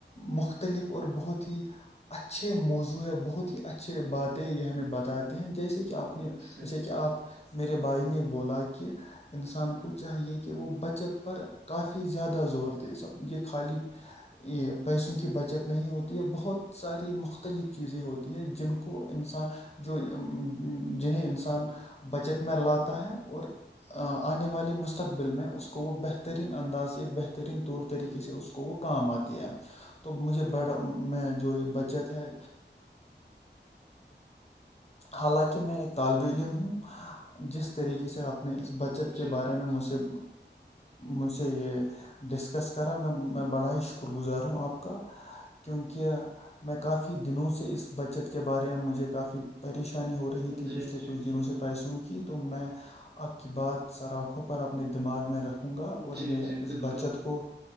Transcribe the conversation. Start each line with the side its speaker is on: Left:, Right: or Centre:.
Left: مختلف اور بہت ہی اچھے موضوع ہے بہت ہی اچھے باتیں ہیں یہ ہمیں بتاتے ہیں جیسے کہ آپ اپنے
Right: صحیح
Left: جیسے کہ آپ میرے بھائی نے بولا کہ انسان کو چاہیے کہ وہ بچت پر کافی زیادہ زور دے سب یہ خالی یہ پیسوں کی بچت نہیں ہوتی ہے بہت ساری مختلف چیزیں ہوتی ہیں جن کو انسان جو جنہیں انسان بچت میں لاتا ہے اور آنے والے مستقبل میں اس کو وہ بہترین انداز بہترین طور طریقے سے اس کام آتی ہے تو مجھ با میں جو یہ بچت ہے حالانکہ میں ایک طالب علم ہوں جس طریقے سے سے اپنی اس بچت
Right: جی،
Left: کے بارے میں مجھے مجھ سے یہ ڈسکس کرا میں میں بڑا ہی شکر گزار ہوں آپ کا کیونکہ میں کافی دنوں سے اس بچت کے بارے میں مجھے کافی پریشانی ہو رہی تھی
Right: جی،
Left: پچھلے
Right: جی،
Left: کچھ دنوں
Right: جی۔
Left: سے پیسوں کی تو میں آپ کی بات سراکخوں پر اپنے دماغ میں رکھوں گا اور
Right: جی،
Left: یہ
Right: جی،
Left: اس
Right: بالکل۔
Left: بچت کو